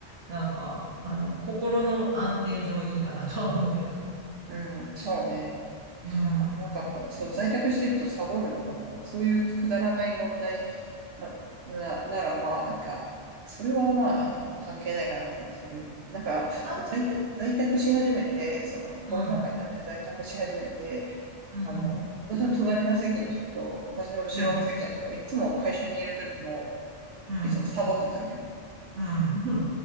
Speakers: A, on the right; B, on the right.
A: なんか、あの、心の安定上いいかなとは思うけど。
B: うん、そうね。
A: うん、
B: か、
A: うん、
B: そう、在宅してるとサボるとかさ、まあ、そういうくだらない問題、まあ、な、ならまあなんか、それはまあ、もう関係ないかなって感じするよね。なんか、
A: な、
B: そう在宅、在宅し始めて、そのコロナ禍になって在宅し始めて、
A: うん、うん、
B: あの、私の隣の席の人と私の後ろの席の人はいつも会社にいる時も、
A: うん、うん、うん、
B: いつもサボってたのよ。
A: うん、うん、うん、